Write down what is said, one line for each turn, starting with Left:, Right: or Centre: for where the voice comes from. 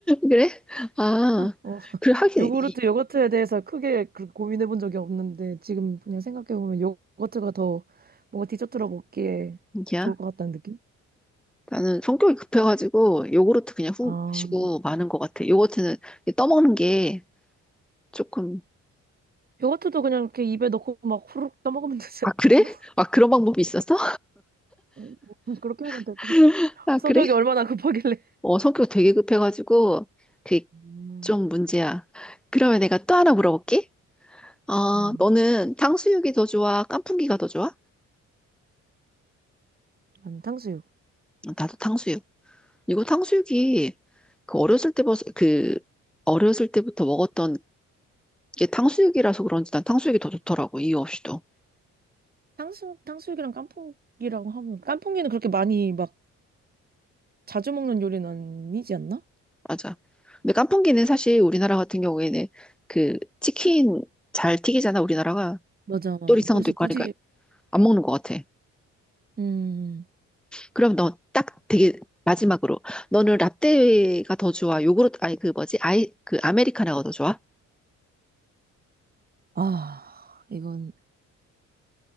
Centre: 그래? 아,
Right: 아, 어,
Centre: 그래, 하긴,
Right: 요구르트,
Centre: 이,
Right: 요거트에 대해서 크게 그렇게 고민해 본 적이 없는데, 지금 그냥 생각해 보면 요거트가 더 뭔가 디저트로 먹기에
Centre: 야,
Right: 좋을 것 같다는 느낌?
Centre: 나는 성격이 급해가지고 요구르트 그냥 훅
Right: 아,
Centre: 마시고 마는 것 같아. 요거트는 떠먹는 게 조금
Right: 요거트도 그냥 이렇게 입에 넣고 막 후루룩 떠먹으면 되지
Centre: 아 그래?
Right: 않나?
Centre: 아 그런 방법이 있었어?
Right: 어, 어, 그렇게 하면
Centre: <laughs>
Right: 될 것 같은데.
Centre: 아 그래?
Right: 성격이 얼마나 급하길래.
Centre: 어 성격 되게 급해가지고 그게
Right: 음,
Centre: 좀 문제야. 그러면 내가 또 하나 물어볼게. 어
Right: 음,
Centre: 너는 탕수육이 더 좋아? 깐풍기가 더 좋아?
Right: 난 탕수육.
Centre: 어, 나도 탕수육. 이거 탕수육이 그 어렸을 때부터 그 어렸을 때부터 먹었던 게 탕수육이라서 그런지 난 탕수육이 더 좋더라고 이유 없이도.
Right: 탕수육, 탕수육이랑 깐풍기랑 하면 깐풍기는 그렇게 많이 막 자주 먹는 요리는 아니지 않나?
Centre: 맞아. 근데 깐풍기는 사실 우리나라 같은 경우에는 그 치킨 잘 튀기잖아, 우리나라가.
Right: 맞아, 맞아.
Centre: 또리상도
Right: 그래서
Centre: 있고
Right: 굳이,
Centre: 하니까 안 먹는 것 같아.
Right: 음,
Centre: 그럼 너 딱 되게 마지막으로 너는 라떼가 더 좋아? 요구르트 아니 그 뭐지? 아이 그 아메리카노가 더 좋아?
Right: 아, 이건